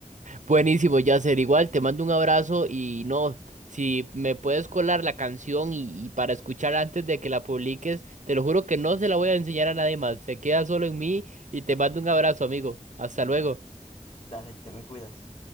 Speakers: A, on the right; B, on the left.
A: Buenísimo, Yasser. Igual te mando un abrazo y no, si me puedes colar la canción y, y para escuchar antes de que la publiques, te lo juro que no se la voy a enseñar a nadie más. Se queda solo en mí y te mando un abrazo, amigo. Hasta luego.
B: Dale, te me cuidas.